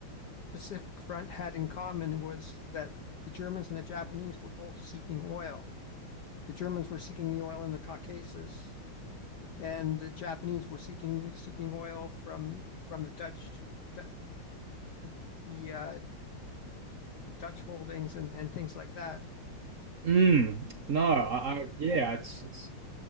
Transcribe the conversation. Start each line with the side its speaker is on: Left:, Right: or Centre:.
Left: Pacific Front, had in common was that the Germans and the Japanese were both seeking oil. The Germans were seeking the oil in the Caucasus, and the Japanese were seeking seeking oil from from the Dutch the, uh, Dutch holdings and, and things like that.
Right: Mm, no, I, I yeah, it's it's